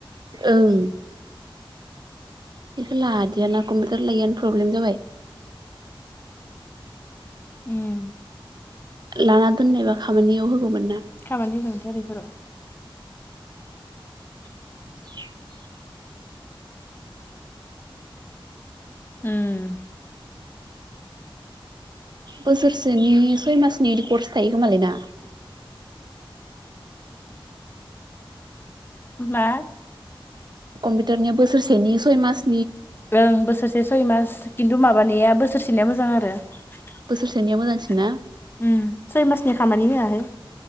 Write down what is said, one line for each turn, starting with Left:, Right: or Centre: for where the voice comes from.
Right: ओं बेखौ लादियाना कम्पिउटार लायैयनो प्रब्लेम जाबाय
Left: उम
Right: लाना दोननायबा खामानियाव होगौमोन ना
Left: खामानि होगौमोनथ' आरो एफोराव
Right: <inaudible>
Left: उम
Right: बोसोरसेनि सय मासनि बिदि कर्स थायो खोमालै ना
Left: मा
Right: कम्पिउटारनिया बोसोरसेनि सय मास
Left: ओं बोसोरसे सय मास किन्थु माबानाया बोसोरसेनिया मोजां आरो उम
Right: बोसोरसेनिया मोजांसिन ना
Left: सय मासनि खामानि होआहाय